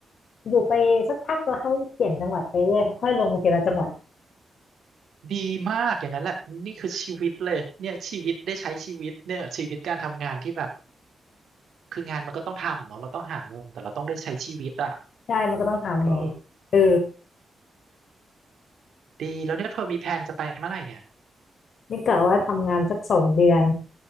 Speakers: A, on the left (about 70°); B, on the right (about 80°).
A: อยู่ไปสักพักแล้วเขาเปลี่ยนจังหวัดไปเรื่อยค่อยๆลงไปทีละจังหวัด
B: ดีมากอย่างนั้นแหละนี่คือชีวิตเลยเนี่ยชีวิตได้ใช้ชีวิตเนี่ยชีวิตการทำงานที่แบบคืองานมันก็ต้องทำเนาะเราต้องหาเงินแต่เราต้องได้ใช้ชีวิตอ่ะ
A: ใช่มันก็ต้องทำไง
B: เออ
A: เออ
B: ดีแล้วเนี่ยเธอมีแผนจะไปเมื่อไหร่เนี่ย
A: นี่กะว่าทำงานสักสองเดือน